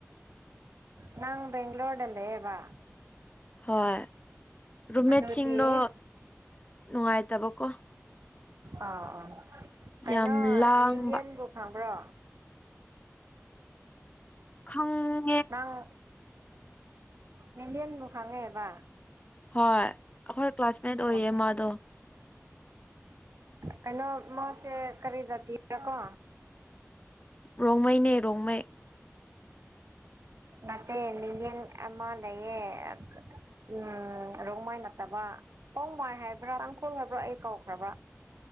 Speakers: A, on the right; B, on the left.
A: ꯅꯪ ꯦꯡ꯭ꯂꯣꯣꯔꯗ ꯂꯩꯦ ꯋꯥ
B: ꯍꯣꯏ ꯔꯨꯝꯃꯦꯠꯁꯤꯡꯗꯣ
A: ꯑꯗꯨꯗꯤ
B: ꯅꯨꯡꯉꯥꯏꯇꯕꯀꯣ
A: ꯑꯥ ꯑꯥ ꯀꯩꯅꯣ
B: ꯌꯥꯝ ꯂꯥꯡꯕ
A: ꯅꯟꯗꯤꯌꯥꯟꯕꯨ ꯈꯪꯕ꯭ꯔꯣ
B: ꯈꯥꯎ
A: ꯑ ꯃꯤꯗꯤꯅꯕꯨ ꯈꯥꯡꯒꯦꯕ
B: ꯍꯣꯏ ꯑꯩꯈꯣꯏ ꯀ꯭ꯂꯥꯁꯃꯦꯠ ꯑꯣꯏꯌꯦ
A: ꯑꯣ
B: ꯃꯥꯗꯣ
A: ꯀꯩꯅꯣ ꯃꯥꯁꯦ ꯀꯔꯤ ꯖꯥꯇꯔꯥꯀꯣ
B: ꯔꯣꯡꯃꯩꯅꯦ ꯔꯣꯡꯃꯩ
A: ꯅꯠꯇꯦ ꯃꯤꯌꯟ ꯑꯃ ꯂꯩꯌꯦ ꯎꯝ ꯔꯣꯡꯃꯥꯏ ꯅꯠꯇꯕ ꯔꯣꯡꯃꯥꯏ ꯍꯥꯏꯕ꯭ꯔꯥ ꯇꯥꯡꯈꯣꯜ ꯍꯥꯏꯕ꯭ꯔꯥ ꯑꯩ ꯀꯧꯈ꯭ꯔꯕ꯭ꯔꯥ